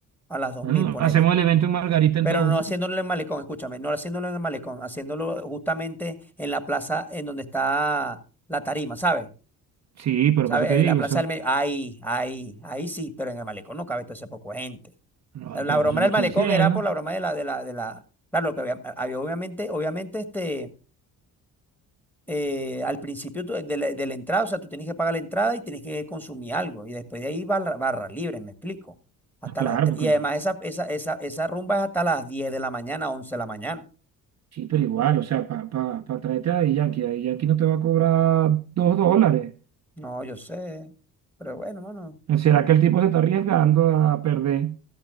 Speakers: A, in the centre; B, on the right.
A: a las 2.000,
B: Bueno,
A: ponele.
B: hacemos el evento en Margarita entonces.
A: Pero no haciéndolo en el malecón, escúchame, no haciéndolo en el malecón, haciéndolo justamente en la plaza en donde está la tarima, ¿sabes?
B: Sí, pero
A: ¿Sabes?
B: por eso te digo,
A: En La plaza
B: eso.
A: del medio. Ahí, ahí, ahí sí, pero en el malecón no cabe todo ese poco de gente.
B: No,
A: La, la
B: pero
A: broma
B: por eso te
A: del
B: estoy
A: malecón
B: diciendo.
A: era por la broma de la, de la, de la, claro, lo que había, había obviamente, obviamente, este eh, al principio tú- de la, de la entrada, o sea, tú tienes que pagar la entrada y tienes que consumir algo. Y después de ahí barra, barra libre, me explico. Hasta
B: Ah, Claro,
A: las, tre-
B: porque
A: y además
B: eso.
A: esa, esa, esa, esa rumba es hasta las 10 de la mañana, 11 de la mañana.
B: Sí, pero igual, o sea, para pa, pa pa traerte a Daddy Yankee, Daddy Yankee no te va a cobrar dos dólares.
A: No, yo sé. Pero bueno, mano,
B: ¿No ¿Será que el tipo se está arriesgando a perder?